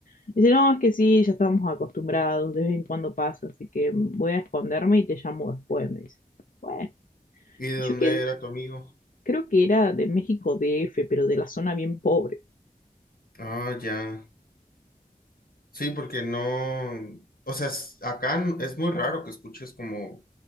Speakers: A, on the left (about 70°); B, on the left (about 90°).
A: Dice, no, es que sí, ya estamos acostumbrados, de vez en cuando pasa, así que voy a esconderme y te llamo después, me dice. Bueno.
B: ¿Y de
A: Y
B: dónde
A: Yo que,
B: era tu amigo?
A: creo que era de México DF, pero de la zona bien pobre.
B: Ah, ya. Sí, porque no, o sea, es- acá n- es muy raro que escuches como